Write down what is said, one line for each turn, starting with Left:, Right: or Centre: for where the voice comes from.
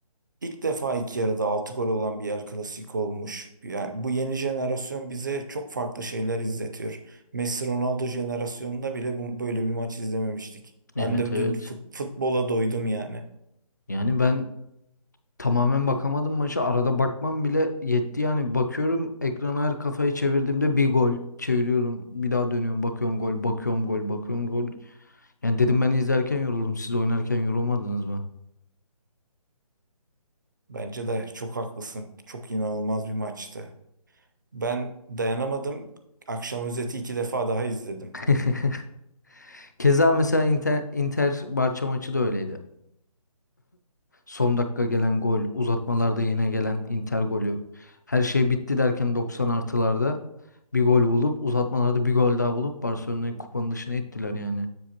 Right: ilk defa ilk yarıda 6 gol olan bir El Clasico olmuş. Yani bu yeni jenerasyon bize çok farklı şeyler izletiyor. Messi Ronaldo jenerasyonunda bile bu- böyle bir maç izlememiştik.
Left: Evet
Right: Ben de
Left: evet.
Right: dün fut- futbola doydum yani.
Left: Yani ben Tamamen bakamadım maça. Arada bakmam bile yetti yani. Bakıyorum ekrana her kafayı çevirdiğimde bir gol çeviriyorum. Bir daha dönüyorum. Bakıyorum gol, bakıyorum gol, bakıyorum gol. Yani dedim ben izlerken yoruldum. Siz oynarken yorulmadınız mı?
Right: Bence de çok haklısın. Çok inanılmaz bir maçtı. Ben dayanamadım. Akşam özeti iki defa daha izledim.
Left: <laughs> Keza mesela Inter, Inter Barça maçı da öyleydi. Son dakika gelen gol, uzatmalarda yine gelen Inter golü. Her şey bitti derken 90 artılarda bir gol bulup uzatmalarda bir gol daha bulup Barcelona'yı kupanın dışına ittiler yani.